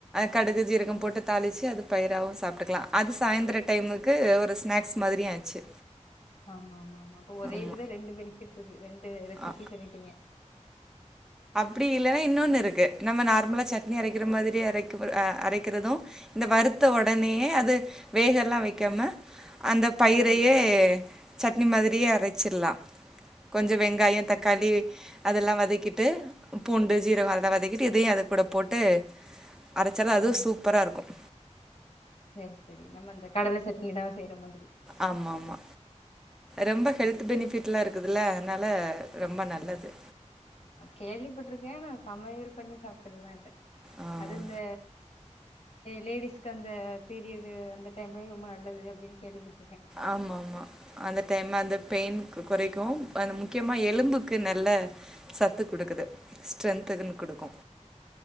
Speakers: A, in the centre; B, on the left.
A: கடுகு ஜீரகம்
B: ம்
A: போட்டு தாளிச்சு அது பயிராகவும் சாப்ட்டுக்கலாம் அது சாயந்தரம் டைமுக்கு ஒரு ஸ்நாக்ஸ் மாதிரியும் ஆச்சு
B: ஆமா ஆமா ஆமா ஒரே
A: ஆமா
B: இதுல ரெண்டு பெனிபிட் இருக்கு ரெண்டு ரெசிப்பி
A: ஆ
B: சொல்லிட்டீங்க
A: இப்படி இல்லன்னா இன்னொன்னு இருக்கு நம்ம நார்மலா சட்னி அரைக்கிற மாதிரி அரைக்க அரைக்கிறதும் இந்த வறுத்த உடனே அது வேக எல்லா வைக்காம அந்த பயிரையே
B: ஆ
A: சட் மாதிரியே அரைச்சிடலாம் கொஞ்சம வெங்கயா வெங்காய
B: ஆ
A: தக்காளி அதெல்லாம் வதக்கிட்டு பூண்டு ஜீரக அதா வதக்கிட்டு இதையும் அது கூட போட்டு அரச்சால அதுவும்
B: ஆ
A: சூப்பரா இருக்கும்
B: சரி சரி நம்மந்த கடல சட்னி தான் செய்யறம
A: ஆமா ஆமா ரொம்ப ஹெல்த்
B: சரி
A: பெனிபிட் இருக் இதுல அதனால ரொம்ப நல்லது
B: கேள்விப்பட்டிருக்கேன் நான் சமையல் பண்ணி சாப்பிட்டதுதான்ேன்
A: ஆ
B: அது இந்த லேடிஸ்க்கு அந்த பீரியடு அந்த டைம்ல ரொம்ப நல்லது அப்படின்னு கேள்விப்பட்டன்
A: ஆமா ஆமா அந்த டைம் அந்த பெயின் குறைக்கும் முக்கியமா எலும்புக்கு நல்ல சத்து கொடுக்குது ஸ்ட்ரென்த்துன்னு கொடுக்